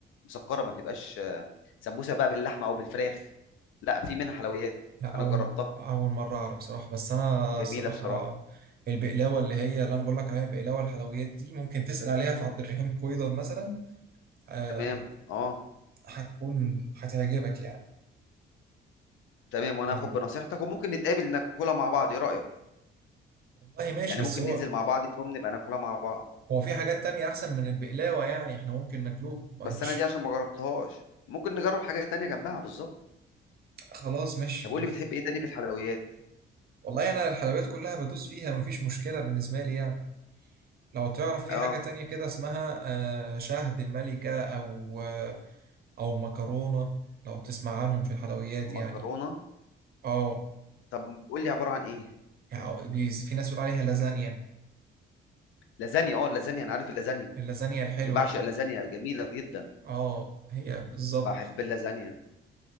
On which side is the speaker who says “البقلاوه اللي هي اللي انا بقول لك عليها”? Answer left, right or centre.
Right